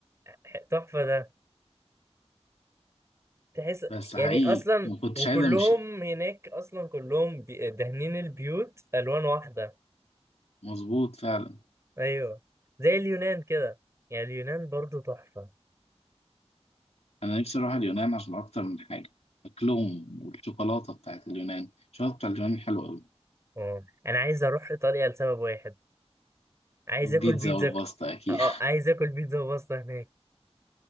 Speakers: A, on the right (about 25°); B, on the left (about 70°).
A: ح- تحفه ده تحس
B: بس
A: يعني
B: حقيقي
A: اصلا
B: ما كنتش
A: وكلهم
B: عايز أمشي
A: هناك اصلا كلهم بي- دهنين البيوت الوان واحده
B: مظبوط فعلا
A: ايوه زي اليونان كده يعني اليونان برضو تحفه
B: أنا نفسي أروح اليونان عشان أكتر من حاجة أكلهم والشوكولاتة بتاعت اليونان الشوكولاتة بتاعت اليونان حلوة أوي
A: اه انا عايز اروح ايطاليا لسبب واحد عايز
B: البيتزا
A: اكل بيتزا
B: والباستا أكيد
A: اه عايز اكل بيتزا وباستا هناك